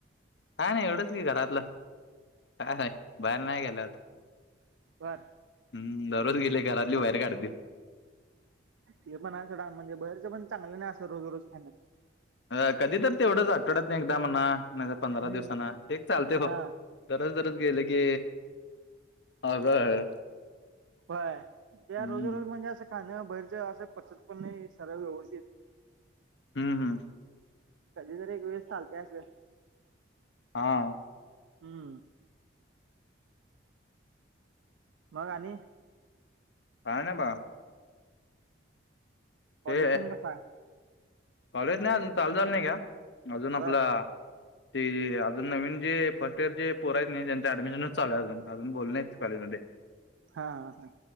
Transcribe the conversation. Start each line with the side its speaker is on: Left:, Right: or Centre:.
Left: काय नाही एवढंच की घरातलं, काय नाही बाहेर नाही गेल्यात.
Right: बर,
Left: हम्, दररोज गेले घरातली बाहेर काढतील.
Right: ते पण आहे थोडा म्हणजे बहेरच पण चांगलं नाही असं रोज रोज खाणं.
Left: अ कधी त तेवढंच आठवडात न एकदा म्हणा नाहीत पंधरा
Right: हम्म
Left: दिवसान एक चालते हो.
Right: हा
Left: दरोज दरोज गेले की, अवघड. आहे.
Right: व्हय त्या
Left: हं.
Right: रोज रोज म्हणजे असं खाणं बाहेरचं असं पचत पण नाही सरळ व्यवस्थित
Left: हम्म हम्म.
Right: कधी जर एक वेळेस चालतय असलं.
Left: हा.
Right: हम्म. मग आणि
Left: काय ना बा
Right: कॉलेज
Left: ते
Right: तन कसं हाय?
Left: कॉलेज नाही अजून चालू झालं नाही घ्या,, अजून आपलं
Right: बर
Left: ते अजून नवीन जे फर्स्ट इयर जे पोरु आहेत नाही त्यांंच ऍडमिशनच चालू आहे अजून, अजून बोलवलं नाहीत कॉलेजमध्ये.
Right: हा ह हा.